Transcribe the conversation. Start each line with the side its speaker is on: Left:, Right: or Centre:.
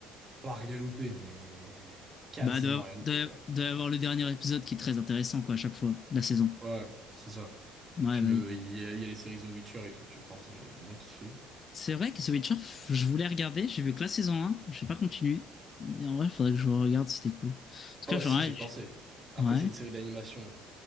Right: pas rien loupé, mais quasiment
Left: Bah doit,
Right: rien loupé,
Left: doit,
Right: quoi.
Left: doit y avoir le dernier épisode qui est très intéressant quoi à chaque fois de la saison.
Right: Ouais, c'est ça.
Left: Ouais
Right: Puis
Left: bah
Right: même,
Left: oui.
Right: euh, il y a, il y a les séries The Witcher et tout, que par contre, ça, j'avais bien kiffé.
Left: C'est vrai que The Witcher, f- je voulais regarder, j'ai vu que la saison un, j'ai pas continué. Et en vrai, il faudrait que je regarde, c'était cool. Parce
Right: Oh,
Left: que là, genre,
Right: si,
Left: ouais,
Right: j'ai pensé.
Left: je-
Right: Après,
Left: ouais.
Right: c'est une série d'animation,